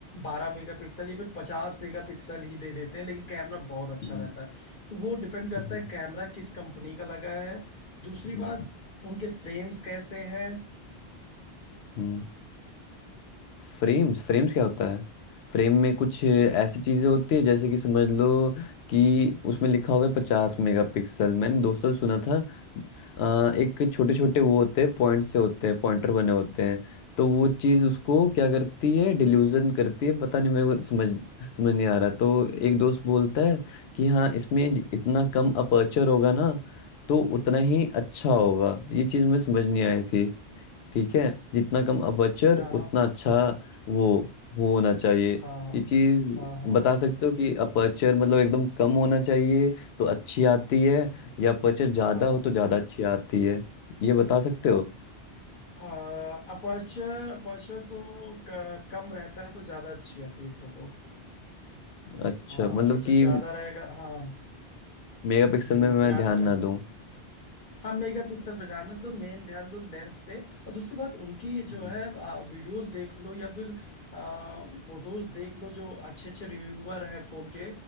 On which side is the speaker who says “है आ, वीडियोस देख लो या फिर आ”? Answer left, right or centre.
Left